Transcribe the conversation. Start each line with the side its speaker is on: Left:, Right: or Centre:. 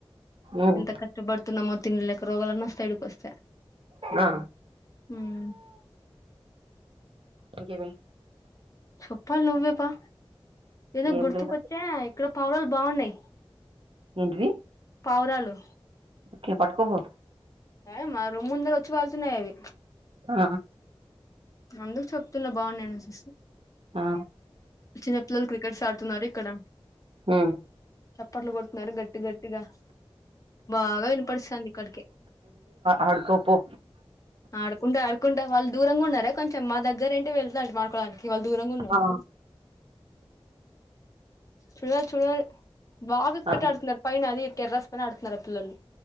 Right: ఉమ్
Left: ఎంత కష్టపడుతున్నామొ. తిండి లేక రోగాలన్నం. తడిపి వస్తే
Right: ఆ
Left: హ్మ్
Right: ఇంకే మీ
Left: చెప్పాలి నువ్వేపా ఏదో
Right: ఏం
Left: గుర్తుకొచ్చే
Right: లేదు
Left: ఇక్కడొ పావురాలు బావున్నాయి
Right: ఏంటిది
Left: పావురాలు
Right: ఒకే పట్టుకోకు
Left: అ మా రూమ్ ముందర వచ్చి వాలుతున్నాయి అవి
Right: ఆ
Left: అందుకు చెప్తున్నా బాగున్నాయనేసేసి
Right: ఆ
Left: చిన్నపిల్లలు క్రికెట్స్ ఆడుతున్నారు ఇక్కడ,
Right: ఉమ్
Left: చప్పట్లు కొడుతున్నారు గట్టి గట్టిగా, బాగా వినపడుస్థాంది ఇక్కడికి
Right: అడుకోపో
Left: ఆడుకుంటే ఆడుకుంటా వాళ్ళు దూరంగా ఉన్నార కొంచెం మా దగ్గర ఏంటి వెళ్తాడు మాకు క్కడానికి వాళ్ళు దూరంగా ఉన్నారు
Right: ఆ
Left: చుడారు చుడరు బాబు ఒకటే
Right: ఆ
Left: అడుతున్నారు, పైన అది టేర్రస్ పైన అడుతున్నారు లలు